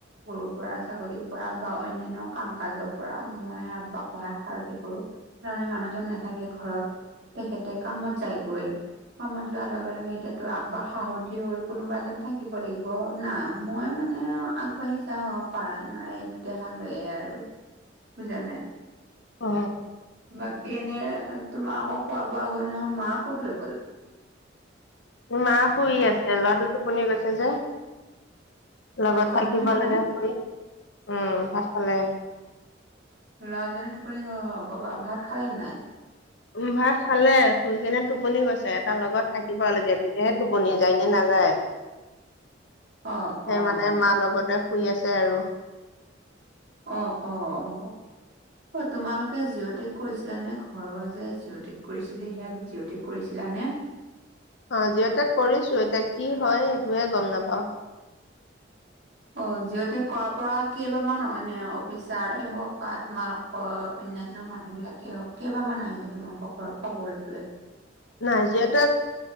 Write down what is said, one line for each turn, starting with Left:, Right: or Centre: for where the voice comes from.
Right: গৰুৰ পৰা ছাগলীৰ পৰা বা অন্যান্য কাম কাজক পৰা মই আব্বাক সহায় সাৰতি কৰো তাৰমানে মানুহজন নাথাকে ঘৰত তেখেতে কামত যায়গৈ কামত যোৱাৰ লগে লগে এতিয়াতো আব্বাহ সাহথি হৈ কোনোবা এজন থাকিব লাগি ব না মই মানে আগবাঢ়ি যাওঁ আও পাৰাই নৰাই এই দেহা লৈয়ে আৰু বুজা নাই
Left: অ
Right: বাকী এনে তোমাৰ আকৌ খোৱা বোৱা হ'ল নহয় মা ক'ত লৈ গ'ল
Left: মা শুই আছে ল'ৰাটো টোপনি গৈছে যে
Right: ভাত
Left: লগত
Right: খালে
Left: থাকিব
Right: নে মায়ে
Left: লাগে ফুৰি উম ভাত খালে
Right: ল'ৰাজনে টোপুনি গ'ল বগা ভাত খালে নে নাই
Left: উম ভাত খালে শুই কেনে টোপনি গৈছে এটা লগত থাকিব লাগে তেতিয়াহে টোপনি যায়নে নাযায়
Right: অ',
Left: সেই
Right: অ',
Left: মানে মাৰ লগতে শুই আছে আৰু
Right: অ অ অ অ তোমালোকে জিঅ'টেক কৰিছিলা নে ঘৰৰ যে জিঅ' টেক কৰিছিলে সেয়া জিঅ' টেক কৰিছিলানে
Left: অ জিঅ টেক কৰিছো এতিয়া কি হয় সেইটোহে গম নাপাও
Right: অ জিঅ টেক কৰাৰ পৰা কেইবামান অন্যান্য অফিচাৰে হওক বা তোমা লোক অন্যান্য মানুহ বিলাকে হওক কেইবামান আহিছে তোমালোকৰ ঘৰত খবৰ লবলে
Left: নাই জিঅ টেক